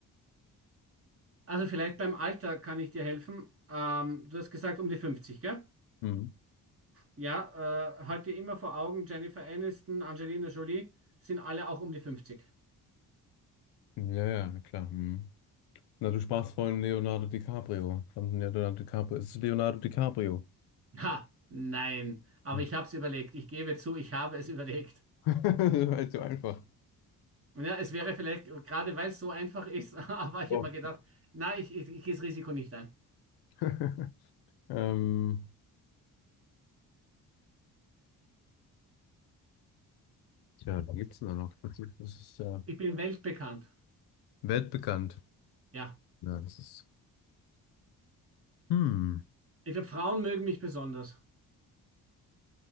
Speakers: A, on the right; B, on the left.
A: Also vielleicht beim Alter kann ich dir helfen. Ähm, du hast gesagt um die 50, gell?
B: hm,
A: Ja, äh, halt dir immer vor Augen, Jennifer Aniston, Angelina Jolie sind alle auch um die 50.
B: ja, ja, na klar. hm. Na, du sprachst vorhin Leonardo DiCaprio. Verdammt, Leonardo DiCaprio. Es ist Leonardo DiCaprio.
A: Ha, nein. Aber
B: Hm.
A: ich habe es überlegt. Ich gebe zu, ich habe es <laughs> überlegt.
B: <laughs> Das war Halt so einfach.
A: Ja, es wäre vielleicht, gerade weil es so einfach ist, <laughs> habe ich
B: Oh.
A: immer gedacht, na, ich, ich, ich gehe das Risiko nicht ein.
B: <laughs> Ähm, tja, da gibt's denn da noch. Das ist, das ist äh,
A: Ich bin weltbekannt.
B: weltbekannt.
A: Ja.
B: Ja, das ist. Hm.
A: Ich glaube, Frauen mögen mich besonders.